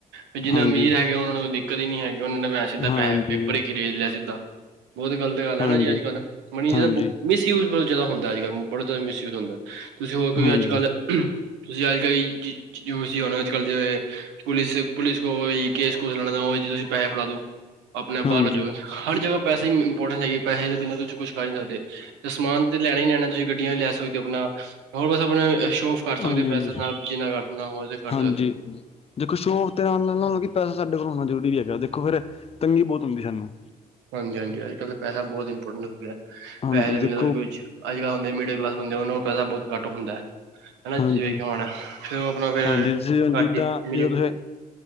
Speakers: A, on the right; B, on the left.
A: ਵੀ ਜਿੰਨਾ
B: ਹਾਂਜੀ,
A: ਅਮੀਰ ਹੈਗੇ ਓਨਾਂ ਨੂੰ ਕੋਈ ਦਿੱਕਤ ਈ ਨੀ ਹੈਗੀ ਓਨਾਂ ਨੇ ਮੈਂ ਸਿੱਧਾ
B: ਹਾਂਜੀ,
A: ਪੈਸੇ ਪੇਪਰ ਹੀ ਖਰੀਦ ਲਿਆ ਸਿੱਧਾ। ਬੋਤ ਗਲਤ ਗੱਲ
B: ਹਾਂਜੀ,
A: ਐ ਨਾ ਜੀ ਅੱਜ ਕਲ ਮਨੀ
B: ਹਾਂਜੀ, ਹਾਂਜੀ,
A: ਦਾ ਤਾਂ ਮਿਸਯੂਜ ਬੋਤ ਜਾਦਾ ਹੁੰਦਾ ਅੱਜ ਕੱਲ ਬੜਾ ਤ ਜਾਦਾ ਮਿਸਯੂਜ ਹੁੰਦਾ ਤੁਸੀਂ ਹੋਰ ਕੋਈ
B: ਹਾਂਜੀ,
A: ਅੱਜ-ਕੱਲ੍ਹ ਤੁਸੀਂ ਅੱਜ ਕੱਲ ਜੋ <unintelligible> ਸੀਂ ਨਾ ਅੱਜ ਕੱਲ੍ਹ ਜੇ। ਪੁਲਿਸ-ਪੁਲਿਸ ਕੋਲ ਕੇਸ ਕੁਸ ਲੜਨਾ ਤੁਸੀਂ ਪੈਸੇ ਫੜਾ ਦੋ। ਆਪਣੇ ਆਪ
B: ਹਾਂਜੀ,
A: ਬਾਰ ਹੋ ਜੋਂ ਗਏ ਹਰ ਜਗ੍ਹਾ ਪੈਸੇ ਈ ਇੰਪੋਰਟੈਂਟ ਹੈਗੀ ਪੈਸੇ ਦੇ ਬਿਨਾਂ ਤੁਸੀਂ ਕੁੱਛ ਕਰ ਈ ਨੀ ਸਕਦੇ। ਤੇ ਸਮਾਨ ਤੇ ਲੈਣਾ ਹੀ ਲੈਣਾ ਤੁਸੀਂ ਗੱਡੀਆਂ ਵੀ ਲੈ ਸਕਦੇ ਓ ਆਪਣਾ ਹੋਰ ਬਸ ਆਪਣਾ ਟੋਫ ਕਰ
B: ਹਾਂਜੀ,
A: ਸਕਦੇ ਓ ਪੈਸੇ
B: ਹਾਂਜੀ,
A: ਨਾਲ ਜਿੰਨਾ ਕਰ ਨਾ ਹੋਵੇ ਕਰ
B: ਹਾਂਜੀ।
A: ਸਕਦੇ ਓ।
B: ਦੇਖੋ ਸ਼ੋਪ ਤੇ ਆਣ ਨਾਲੋ ਨਾ ਕੀ ਪੈਸਾ ਸਾਡੇ ਕੋਲ ਹੋਣਾ ਜਰੂਰੀ ਹੈਗਾ ਦੇਖੋ ਫਿਰ ਤੰਗੀ ਬੋਤ ਹੁੰਦੀ ਸਾਨੂੰ।
A: ਹਾਂਜੀ-ਹਾਂਜੀ ਅੱਜ-ਕੱਲ੍ਹ ਤਾਂ ਪੈਸਾ ਬਹੁਤ ਇੰਪੋਰਟੈਂਟ ਹੋਗਿਆ
B: ਹਾਂਜੀ
A: ਪੈਸੇ ਦੇ ਬਿਨਾਂ
B: ਦੇਖੋ
A: ਕੁੱਛ ਅੱਜ ਕੱਲ੍ਹ ਹੁੰਦੇ ਮਿਡਲ ਕਲਾਸ ਬੰਦੇ ਓਨਾਂ ਕੋ ਪੈਸਾ ਬੋਤ ਘੱਟ ਹੁੰਦਾ ਹਨਾਂ
B: ਹਾਂਜੀ
A: ਤੁਸੀਂ ਵੇਖਿਆ ਹੋਣਾ ਫਿਰ ਓ ਆਪਣਾ <inaudible> <unintelligible>
B: ਹਾਂਜੀ ਤੁਸੀਂ ਜਿੱਦਾਂ ਜਿੱਦਾਂ ਤੁਸੀਂ